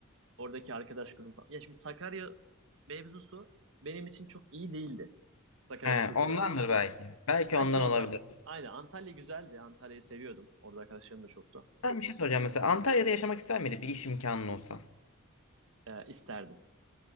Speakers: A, on the right; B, on the left.
A: oradaki arkadaş grubu falan. Ya şimdi Sakarya mevzusu benim için çok iyi değildi. Sakarya'daki
B: He,
A: okul
B: ondandır
A: hayatım.
B: belki. Belki
A: Belki
B: ondan
A: ondandır.
B: olabilir.
A: Aynen Antalya güzeldi. Antalya'yı seviyordum. Orada arkadaşlarım da çoktu.
B: Ben bir şey soracağım mesela. Antalya'da yaşamak ister miydin bir iş imkanın olsa?
A: E, isterdim.